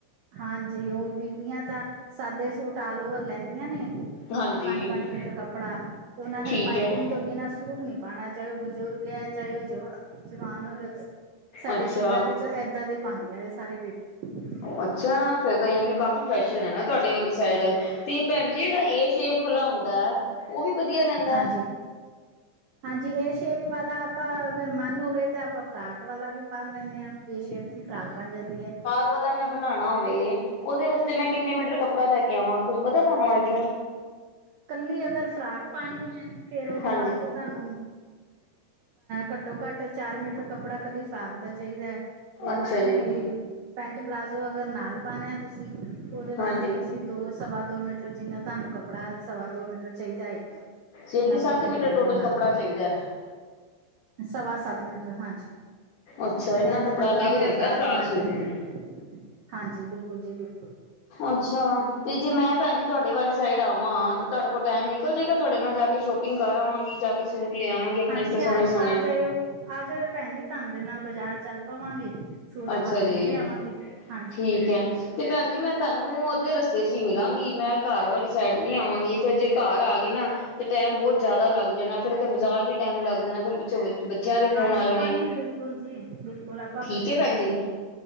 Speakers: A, on the right (about 75°); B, on the left (about 55°).
A: ਹਾਂਜੀ, ਓ ਬੀਬੀਆਂ ਤਾਂ ਸਾੱਦੇ ਸੂਟ ਆਲ ਓਵਰ ਲੈਂਦੇ। <unintelligible> ਨੇ
B: ਹਾਂਜੀ
A: ਪੰਜ-ਪੰਜ ਮੀਟਰ ਕੱਪੜਾ, ਤੇ ਓਨਾਂ ਨੇ
B: ਠੀਕ
A: ਪਾਈਪਿੰਗ
B: ਹੈ
A: ਤੋ ਬਿਨਾ ਸੂਟ ਨੀ ਪਾਨਾ ਚਾਏ ਓ ਬਜ਼ੁਰਗ ਐ, ਚਾਏ ਓ ਜਵਾਨ ਜਵਾਨ ਔਰਤ ਐ। ਸਾਡੇ
B: ਅੱਛਾ,
A: ਪਿੰਡਾਂ ਦੇ ਚ ਐੱਦਾ ਦੇ ਪਾਂਦੀਆਂ ਏ ਸਾਰੀ ਬੀਬੀਆਂ।
B: ਅੱਛਾ, ਫੇਰ ਤਾ ਯਾਨੀ ਕਿ ਕਾਫੀ ਫੈਸ਼ਰ ਐਨਾ ਤੁਵਾਡੇ ਵਾਲੀ ਸਾਈਡ ਤੇ ਪੈਂਜੀ ਜੇੜਾ ਏ ਸ਼ੇਪ ਵਾਲਾ ਹੁੰਦੈ, ਓ ਵੀ ਵਦੀਆ ਰੈਂਦੈ।
A: ਹਾਂਜੀ ਹਾਂਜੀ, ਏ ਸ਼ੇਪ ਵਾਲਾ ਆਪਾ ਅਗਰ ਮੰਨ ਹੋਵੇ ਤਾ ਆਪਾ ਫਰਾਕ ਵਾਲਾ ਵੀ ਪਾਨ ਲੈਨੇ ਆ। <unintelligible> ਏ ਸ਼ੇਪ ਦੀ ਫਰਾਕ ਬਨ ਜਾਂਦੀ ਐ।
B: ਓ ਆਲਾ ਮੈਂ ਬਨਾਨਾ ਹੋਵੇ ਓਦੇ ਵਾਸਤੇ ਮੈਂ ਕਿੰਨੇ ਮੀਟਰ ਕੱਪੜਾ ਲੈ ਕੇ ਆਵਾਂ, ਕੁੱਛ ਪਤਾ ਤਾਨੂੰ ਆਈਡੀਆ।
A: ਕੱਲੀ ਅਗਰ ਫਰਾਕ ਪਾਨੀ ਏ, ਤੇ ਫੇਰ ਓਦੇ
B: ਹਾਂਜੀ
A: ਵਾਸਤੇ ਤਾਨੂੰ ਘੱਟੋ-ਘੱਟ ਚਾਰ ਮੀਟਰ ਕੱਪੜਾ ਕੱਲੀ ਫਰਾਕ ਦਾ ਚਾਈਦੈ, ਤੇ ਬਾਕੀ
B: ਅੱਛਾ ਜੀ
A: ਪੈਂਟ ਪਲਾਜ਼ੋ ਅਗਰ ਨਾਲ ਪਾਨੈ ਤੁਸੀ ਓਦੇ ਵਾਸਤੇ
B: ਹਾਂਜੀ
A: ਤੁਸੀ ਦੋ, ਸਵਾ ਦੋ ਮੀਟਰ ਜਿੰਨਾ ਤਾਨੂੰ ਕੱਪੜਾ ਸਵਾ ਦੋ ਮੀਟਰ ਚਾਹੀਦੈ ਹੈਈਗੈ।
B: ਯਾਨੀ
A: ਉਨਾਂ
B: ਕਿ ਸੱਤ
A: ਕੋਲ ਲੈ
B: ਮੀਟਰ
A: ਕੇ ਆਯੋ
B: ਟੋਟਲ
A: ਨਾਲ,
B: ਕੱਪੜਾ ਚਾਹੀਦਾ ਹੈ।
A: ਸਵਾ ਸੱਤ ਮੀਟਰ, ਹਾਂਜੀ।
B: ਅੱਛਾ ਇੰਨਾ
A: ਐਦੇ
B: ਕੱਪੜਾ
A: ਨਾਲ
B: ਲੱਗ
A: ਵਦੀਆ
B: ਜਾਂਦਾ
A: ਫਰਾਕ ਬੰਨ
B: ਸੂਟ
A: ਜਾਂਦੀ
B: ਨੂੰ
A: ਏ। ਹਾਂਜੀ, ਬਿਲਕੁਲ ਜੀ, ਬਿਲਕੁਲ।
B: ਅੱਛਾ, ਤੇ ਜੇ ਮੈਂ ਪੈਂਜੀ ਤੁਵਾਡੇ ਵਾਲੀ ਸਾਈਡ ਆਵਾਂ, ਤੇ ਤਾਡੇ ਕੋਲ ਟਾਈਮ ਨਿਕ ਨਿਕਲ ਜੇਗਾ ਤੁਆਡੇ ਨਾਲ ਜਾ ਕੇ ਸ਼ੋਪਿੰਗ ਕਰ ਆਵਾਂਗੀ, ਜਾ ਕੇ ਸੂਟ ਲੈ ਆਵਾਂਗੇ ਆਪਨੇ
A: ਹਾਂਜੀ
B: ਆਸਤੇ
A: ਆ
B: ਸੋਨੇ-ਸੋਨੇ
A: ਆ ਜਾਇਓ ਆ ਜਾਯੋ ਪੈਂਜੀ, ਤਾਂਦੇ ਨਾਲ ਬਜ਼ਾਰ ਚੱਲ ਪਵਾਂਗੀ। ਸੂਟ ਆਪਾ
B: ਅੱਛਾ
A: ਖਰੀਦ
B: ਜੀ
A: ਲਿਆਵਾਂਗੇ, ਹਾਂਜੀ।
B: ਠੀਕ ਐਂ। ਤੇ ਪੈਂਜੀ ਮੈਂ ਤਾਨੂੰ ਅੱਧੇ ਰਸਤੇ ਚ ਈ ਮਿਲਾਂਗੀ, ਮੈਂ ਘਰ ਵਾਲੀ ਸੈਡ ਨੀ ਆਵਾਂਗੀ ਫੇਰ ਜੇ ਘਰ ਆਗੀ ਨਾ ਤੇ ਟੈਮ ਬੋਤ ਜਾਦਾ ਲੱਗ ਜਾਨੈ, ਫੇਰ ਓੱਥੇ ਬਜ਼ਾਰ ਵੀ ਟੈਮ ਲੱਗ ਜਾਨੈ ਫੇਰ <unintelligible> ਬੱਚਯਾ ਦੇ
A: ਹਾਂਜੀ!
B: ਫੋਨ ਆ ਜਾਣੇ
A: ਕੋਈ ਨੀ ਬਿਲਕੁਲ ਜੀ, ਬਿਲਕੁਲ ਆਪ
B: ਠੀਕ ਭੈਣ ਜੀ।